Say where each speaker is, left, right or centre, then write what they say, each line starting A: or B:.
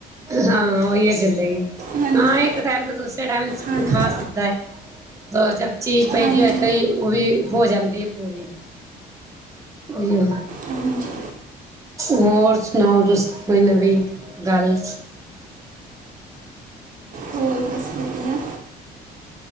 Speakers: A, on the right; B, on the right.
A: ਹਾਂ, ਓਹੀਓ ਚੱਲੇਗੀ।
B: ਹਾਂਜੀ
A: ਹਾਂ ਏ ਇੱਕ ਟੈਮ ਤੋ ਦੂਸਰੇ ਟੈਮ ਇਨਸਾਨ
B: ਹਾਂਜੀ
A: ਖਾ ਸਕਦਾ ਐ, ਤੋ ਜਬ ਚੀਜ਼ ਪਈ
B: ਹਾਂਜੀ
A: ਦੀ ਹੋਏ ਤੇ ਯੂ ਉਵੀ ਹੋ ਜਾਂਦੀ ਏ ਪੂਰੀ। ਓਈਓ
B: ਹਾਂਜੀ
A: ਹੋਰ ਸੁਣਾਓ, ਤੁਸੀ ਕੋਈ ਨਵੀਂ ਗੱਲ?
B: ਹੋਰ ਬਸ ਵਧੀਆ।